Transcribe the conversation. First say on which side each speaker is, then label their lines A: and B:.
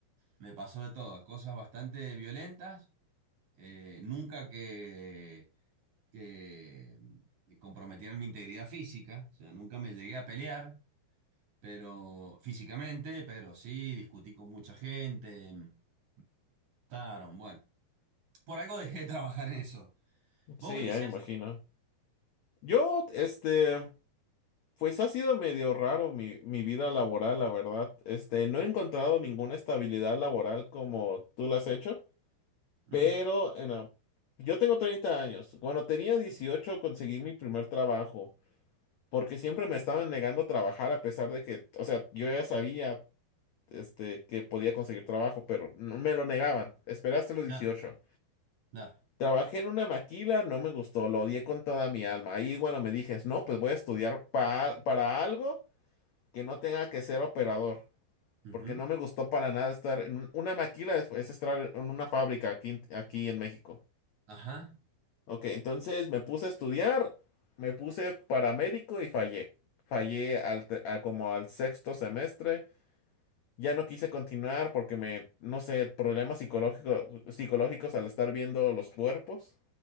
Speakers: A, on the right (about 50°); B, on the left (about 70°).
A: Me pasó de todo. Cosas bastante violentas eh, nunca que, que comprometieran mi integridad física, o sea, nunca me llegué a pelear, pero físicamente, pero sí, discutí con mucha gente, mm, taron, bueno, por algo dejé de trabajar en eso. ¿Vos,
B: Sí,
A: Ulises?
B: ya me imagino. Yo, este, pues ha sido medio raro mi, mi vida laboral, la verdad. Este, no he encontrado ninguna estabilidad laboral como tú la has hecho,
A: Mm,
B: pero, eh, no. yo tengo 30 años. Cuando tenía
A: sí,
B: 18 conseguí mi primer trabajo. porque siempre me estaban negando trabajar a pesar de que, o sea, yo ya sabía este, que podía conseguir trabajo, pero no- me lo negaban. Esperaste los dieciocho
A: claro, claro.
B: Trabajé en una maquila, no me gustó, lo odié con toda mi alma. Ahí, bueno, me dije, no, pues voy a estudiar pa- para algo que no tenga que ser operador,
A: Ujú,
B: porque no me gustó para nada estar en un- una maquila, es, es estar en una fábrica aquí, en- aquí en México.
A: Ajá.
B: Ok, entonces me puse a estudiar, me puse paramédico y fallé. Fallé al te- a- como al sexto semestre. Ya no quise continuar porque me, no sé, problemas psicológicos, psicológicos al estar viendo los cuerpos.